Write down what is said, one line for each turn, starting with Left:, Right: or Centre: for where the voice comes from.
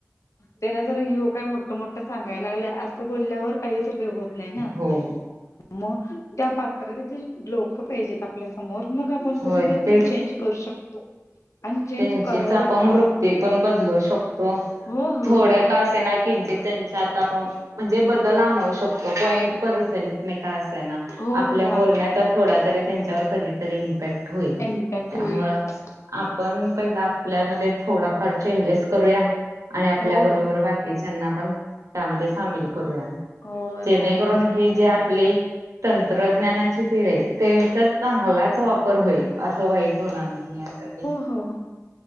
Left: त्यान जर यो काय मोठ-मोठ सांग <unintelligible> असं बोलल्यावर काहीच उपयोग होत नाही ना.
Right: हो हो
Left: मग त्या पात्रात <unintelligible> लोक पाहिजेत आपल्यासमोर मग आपण कुठेतरी
Right: होय तेच
Left: ते चेंज करू शकतो. आणि चेंज
Right: त्यांचीच
Left: करायलाच
Right: आपण
Left: हवा
Right: वृत्ती पण बदलू शकतो,
Left: हो हो
Right: थोड्या का त्यांना किंचित त्यांच्या <unintelligible> म्हणजे बदल आणू शकतो पॉईंट पर्सेंट. का असं ना
Left: हो
Right: आपल्या
Left: हो
Right: बोलण्याचा
Left: हो
Right: थोडा तरी त्यांच्यावर कधीतरी इम्पॅक्ट होईल,
Left: इम्पॅक्ट
Right: त्यामुळं
Left: होईलच
Right: आपण पहि आपल्यामध्ये थोडाफार चेंजेस करूया आणि आपल्या
Left: हो
Right: बरोबर
Left: हो.
Right: ना पण त्यामध्ये सामील करूया
Left: हो
Right: जेणेकरून
Left: चालेल चालेल.
Right: ही जे आपली तंत्रज्ञानाची पिढी <unintelligible> ते <unintelligible> चांगलाच वापर होईल असं वाईट होणार नाही यासाठी
Left: हो हो